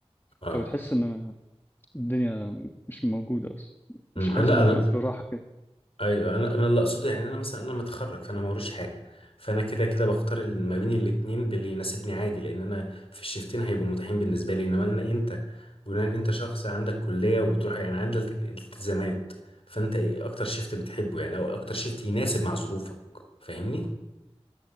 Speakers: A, on the left (about 60°); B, on the left (about 20°).
A: اه
B: فبتحس ان الدنيا مش موجوده اصلا مش
A: أمم،
B: حاسس
A: انا لا
B: ب-
A: انا
B: براحه كده
A: ايوه انا انا اللي اقصده يعني انا مثلا انا متخرج فانا موريش حاجه فانا كده كده بختار ال- ما بين الاتنين باللي يناسبني عادي لان انا في الشيفتين هيبقوا متاحين بالنسبه لي انما انا انت بناء ان انت شخص عندك كليه وبتروح يعني عندك التزامات فانت ايه اكتر شيفت بتحبه يعني او اكتر شيفت يناسب مع ظروفك فاهمني